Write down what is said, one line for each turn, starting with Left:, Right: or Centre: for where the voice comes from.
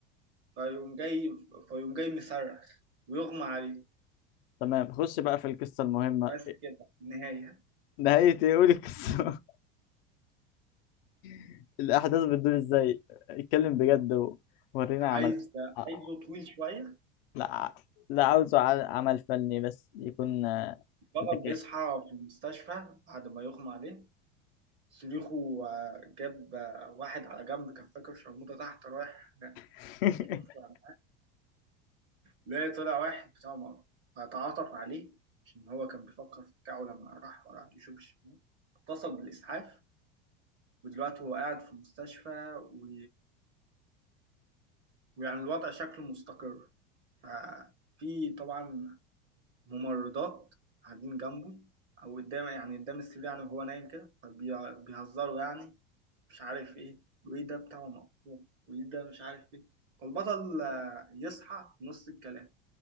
Right: فيقوم جاي فيقوم جاي مصرخ ويغمى عليه
Left: تمام خش بقى في القصة المهمة
Right: بس كده النهاية
Left: نهاية ايه قولي القصة <laughs> الأحداث بتدور ازاي اتكلم بجد وورينا
Right: عايز
Left: عملك آه.
Right: عايزه طويل شوية
Left: لا لا عاوزه ع- عمل فني بس يكون آه،
Right: البطل
Left: متكامل
Right: بيصحى في المستشفى بعد ما يغمى عليه صريخه آه، جاب آه، واحد على جنب كان فاكر شرموطة تحت رايح
Left: <laughs>
Right: شوف معاها. لا طلع واحد بتاع مغرب فتعاطف عليه عشان هو كان بيفكر في بتاعه لما راح وراح يشوف الشمال اتصل بالإسعاف ودلوقتي هو قاعد في المستشفى و... ويعني الوضع شكله مستقر ففي طبعا ممرضات قاعدين جنبه أو قدام يعني قدام السرير يعني وهو نايم كده فبيهزروا يعني مش عارف إيه وإيه ده بتاعه مقطوع وإيه ده مش عارف إيه فالبطل آه، يصحى في نص الكلام